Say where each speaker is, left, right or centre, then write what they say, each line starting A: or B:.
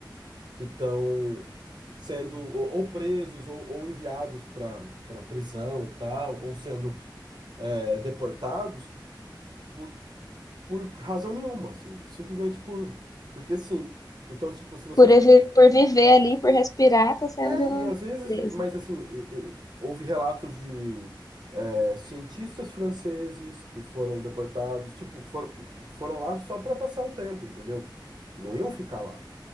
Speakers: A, on the right; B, on the left.
A: que estão sendo ou, ou presos ou, ou enviados para para prisão e tal, ou sendo é, deportados por, por razão nenhuma, assim, simplesmente por porque sim. Então, tipo, se você
B: Por, evi- por viver ali, por respirar, tá sendo
A: É, e às vezes,
B: preso.
A: mas assim, e- e- houve relatos de é, cientistas franceses que foram deportados, tipo, foram, foram lá só para passar um tempo, entendeu? Não iam ficar lá.